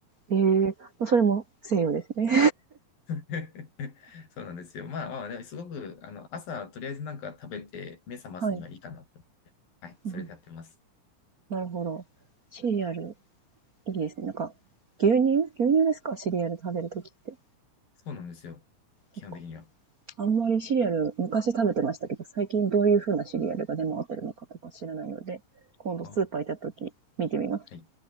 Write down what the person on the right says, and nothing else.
ええ、まそれも西洋ですね。
<laughs> はい。
うんうん、なるほど。シリアル、いいですね。なんか、牛乳牛乳ですか？シリアル食べるときって。
そっか。あんまりシリアル、昔食べてましたけど、最近どういう風なシリアルが出回ってるのかとか知らないので、今度スーパー行った時見てみます。